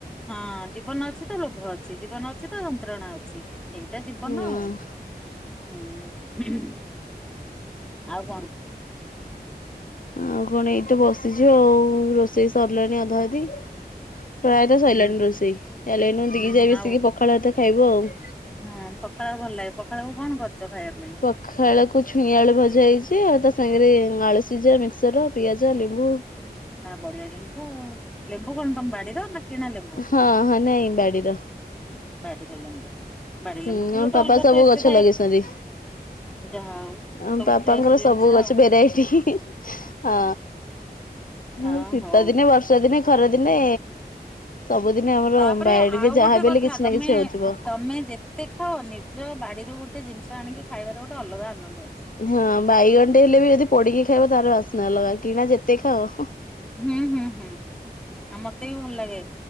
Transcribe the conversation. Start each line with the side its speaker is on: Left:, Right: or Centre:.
Centre: ହଁ ଜୀବନ ଅଛି। ତ ଲୋଭ ଅଛି ଜୀବନ ଅଛି ତ ଯନ୍ତ୍ରଣା ଅଛି ଏଇଟା ଜୀବନ
Left: ହଁ
Centre: ଆଉ। ହୁଁ ଆଉ କଣ?
Left: ଆଉ କଣ ଏଠୁ ବସିଚୁ ଆଉ ରୋଷେଇ ସରିଲାଣି ଅଧା ଅଧି। ପ୍ରାୟତଃ ସଇଲାଣି
Centre: ହୁଁ
Left: ରୋଷେଇ ଚାଲ ଏଇନା
Centre: ହୁଁ
Left: ଦି ଯା ମିଶିକି
Centre: ଆଉ
Left: ପଖାଳ ଭାତ ଖାଇବୁ ଆଉ।
Centre: ହଁ ପଖାଳ ଭଲ ଲାଗେ ପଖାଳ କୁ କଣ କରିଛ ଖାଇବା ପାଇଁ?
Left: ପଖାଳ କୁ ଛୁଇଁ ଆଳୁ ଭଜା ହେଇଛି ଆଉ ତା ସାଙ୍ଗରେ ଆଳୁ ସିଝା ମିକ୍ସର ପିଆଜ ଲେମ୍ବୁ।
Centre: ଆ ବଢିଆ ଜିନିଷ ଆଉ ଲେମ୍ବୁ କଣ ତମ ବାଡିର ନା କିଣା ଲେମ୍ବୁ?
Left: ହଁ ହଁ ନାଇଁ ବାଡିର।
Centre: ବାଡ଼ିର ଲେମ୍ବୁ ବାଡି ଲେମ୍ବୁ
Left: ହୁଁ
Centre: ବି
Left: ଆମ
Centre: ଗୋଟେ
Left: ପାପା
Centre: ଅଲଗା
Left: ସବୁ
Centre: ଟେଷ୍ଟ
Left: ଗଛ
Centre: ଥାଏ
Left: ଲଗେଇଛନ୍ତି
Centre: ଯାହା ହଉ।
Left: ଆମ
Centre: ସବୁ
Left: ପାପାଙ୍କର
Centre: ଫ୍ରେଶ ଜିନିଷ
Left: ସବୁ ଗଛ
Centre: ଆଉ।
Left: ଭେରାଇଟି ହ ହୁଁ
Centre: ଆ
Left: ଶୀତ
Centre: ହଉ।
Left: ଦିନେ ବର୍ଷା ଦିନେ ଖରା ଦିନେ ସବୁଦିନେ ଆମର
Centre: ତାପରେ
Left: ବାଡିରେ
Centre: ଆଉ
Left: ଯାହାବି
Centre: ଗୋଟେ କଥା
Left: ହେଲେ କିଛି
Centre: ତମେ
Left: ନା କିଛି ହଉଥିବ।
Centre: ତମେ ଯେ କେତେ ଖାଅ ନିଜ ବାଡିରୁ ଗୋଟେ ଜିନିଷ ଆଣିକି ଖାଇବାର ଗୋଟେ ଅଲଗା ଆନନ୍ଦ ଅଛି।
Left: ହଁ ବାଇଗଣ ଟେ ହେଲେ ବି ଯଦି ପୋଡିକି ଖାଇବ ତାର ବାସ୍ନା ଅଲଗା କିଣା ଯେତେ ଖାଅ।
Centre: ହୁଁ ହୁଁ ହୁଁ। ଆଉ ମତେ ବି ଭଲ ଲାଗେ